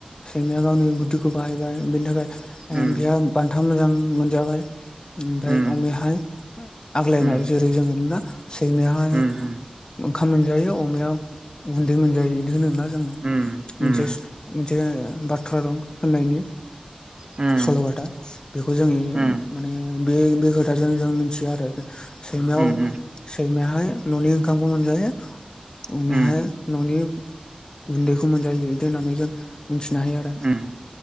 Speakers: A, on the left; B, on the right.
A: सैमाया गावनि बुद्धिखौ बाहायबाय बिनि थाखाय
B: उम
A: ओ बिहा बान्था मोजां मोनजाबाय। ओ ओमफ्राय
B: उम
A: अमायाहाय आग्लायनाय
B: उम
A: जेरै जोङो नुदोंना सैमायाहाय
B: उम
A: ओंखाम मोनजायो अमाया गुन्दै मोनजायो बिदि होनोना जोङो।
B: उम उम
A: मोनसे मोनसे बाथ्रा दं होननायनि।
B: उम
A: सल'बाथा बेखौ जों
B: उम
A: माने बे बे खोथाजों जों मोनथियो आरो सैमायाव
B: उम उम
A: सैमायाहाय न'नि ओंखामखौ मोनजायो। अमायाहाय
B: उम
A: न'नि गुन्दैखौ मोनजायो बिदि होननानै जों मिथिनो हायो आरो।
B: उम